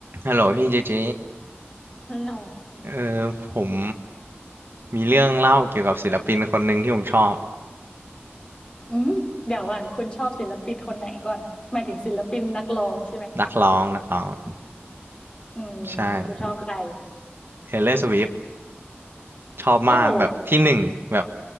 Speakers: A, on the right (about 60°); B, on the left (about 25°).
A: ฮัลโหลพี่เจเจ
B: ฮัลโหล
A: เออผมมีเรื่องเล่าเกี่ยวกับศิลปินคนหนึ่งที่ผมชอบ
B: อืม เดี๋ยวก่อนคุณชอบศิลปินคนไหนก่อนหมายถึงศิลปินนักร้องใช่ไหม
A: นักร้องนักร้อง
B: อืมคุณชอบใคร
A: ใช่ Taylor Swift ชอบมากแบบที่หนึ่งแบบ
B: โอ้โห